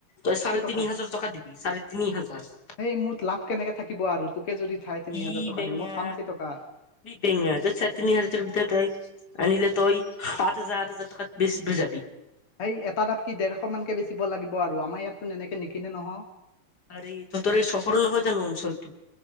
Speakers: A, on the left; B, on the left.
A: তই চাৰে
B: কেইটকা
A: তিনি হাজাৰ টকা দিবি চাৰে তিনি হাজাৰ
B: সেই মোৰ লাভ কেনেকে থাকিব আৰু তোকে যদি চাই তিনি
A: ই
B: হাজাৰ টকা
A: বেঙা
B: দিওঁ মই পাম কেইটকা
A: এই বেঙা তই চাৰে তিনি হাজাৰ টকাত বেছ তই <unintelligible> আনিলে তই সাত হাজাৰ আঠ হাজাৰ টকাত বেছ ব যাবি
B: সেই এটা ডাব কি ডেৰশ মান কে বেচিব লাগিব আৰু আমাৰ ইয়াততো এনেকে নিকিনে নহ
A: আৰে এই তহঁতৰ চহৰ নহয় জানো অঞ্চলটো